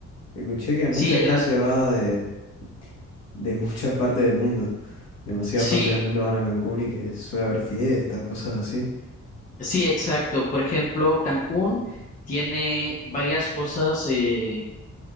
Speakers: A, on the left; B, on the left.
A: Escuché que mucha
B: Sí, eh,
A: gente
B: las,
A: va de, de muchas partes del mundo. Demasiadas
B: sí,
A: partes del mundo van a Cancún y que suele haber fiestas, cosas así.
B: sí, exacto. Por ejemplo, Cancún tiene varias cosas. eh,